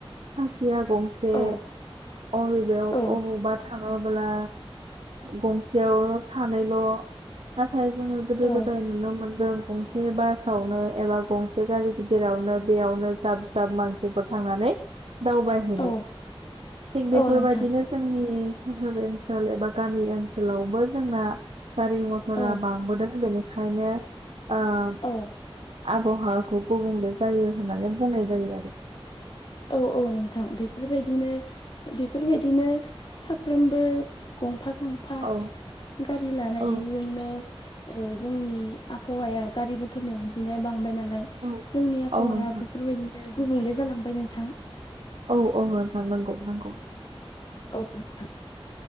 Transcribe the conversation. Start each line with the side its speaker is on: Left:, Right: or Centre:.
Right: सासेया गंसे
Left: औ
Right: अबेबायाव
Left: औ
Right: अबेबा थाङोब्ला गंसेयावल' सानैल' नाथाय जोङो गोदो
Left: औ
Right: गोदाय नुनो मोनदों गंसे बासावनो एबा गंसे गारि गिदिरावनो बेयावनो जाब जाब मानसिफोर थांनानै दावबाय थिग
Left: औ
Right: बेफोरबायदिनो
Left: औ नोंथां
Right: जोंनि सोहोर ओनसोल एबा गामि ओनसोलावबो जोंना गारि मथरा
Left: औ
Right: बांबोदों बेनिखायनो ओंखायनो
Left: औ
Right: आबहावाखौ गुबुंले जायो होननानै बुंनाय जायो आरो
Left: औ औ नोंथां बेफोरबायदिनो बेफोरबायदिनो साफ्रोमबो गंफा गंफा
Right: औ
Left: गारि लानायजोंनो
Right: औ
Left: जोंनि आबहावाया गारि मथरनि अनजिमाया बांबाय नालाय
Right: औ
Left: जोंनि आबहावाया
Right: औ नोंथां
Left: बेफोरबायदिनो गुबुंले जालांबाय नोंथां
Right: औ औ नोंथां नंगौ नंगौ
Left: औ नोंथां